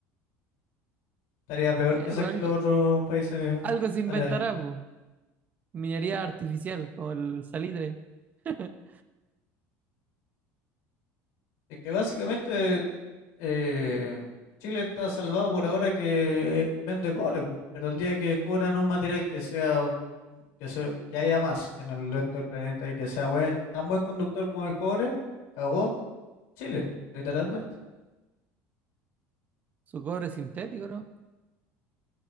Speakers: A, on the left; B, on the right.
A: Estaría peor
B: Bueno,
A: quizás
B: pero algo,
A: que los otros países
B: algo se inventará,
A: aledaños.
B: po. Minería artificial, como el salitre. <laughs>
A: Es que básicamente eh, Chile está salvado por ahora que eh, vende cobre, po, pero el día que cobran un material que sea que, se- que haya más en el resto del planeta y que sea buen, tan buen conductor como el cobre, cagó Chile, literalmente.
B: Su cobre sintético, ¿no?